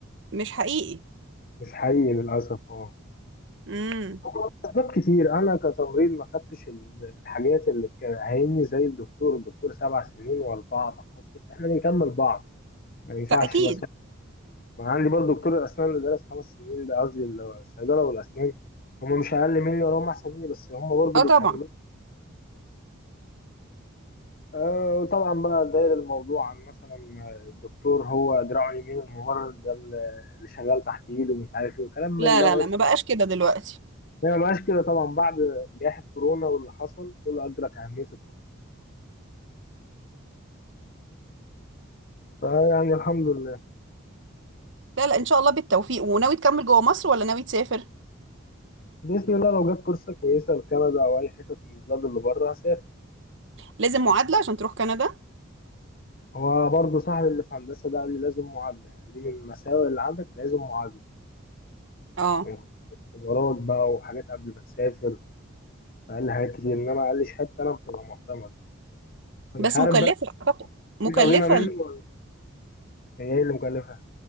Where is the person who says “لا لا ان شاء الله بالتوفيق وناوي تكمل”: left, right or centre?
Right